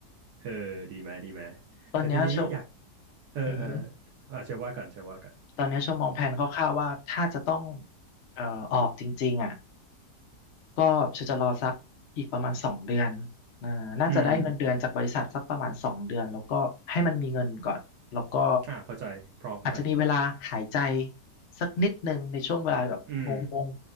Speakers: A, on the right; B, on the left.
A: เออดีไหมดีไหม
B: ตอนเนี้ยเชล
A: แต่ทีนี้อยากเออเออ
B: อือฮึ
A: อ่ะเชลว่าก่อนเชลว่าก่อน
B: ตอนนี้ชมมองแผนคร่าวๆว่าถ้าจะต้องเอ่อออกจริงๆอ่ะก็ฉันจะรอสักอีกประมาณสองเดือนอ่าน่าจะได้เงินเดือนจากบริษัทสักประมาณสองเดือนแล้วก็ให้มันมีเงินก่อนแล้วก็
A: อืมอ่าเข้าใจพร้อมหน่อย
B: อาจจะมีเวลาหายใจสักนิดนึงในช่วงเวลาแบบงง
A: อืม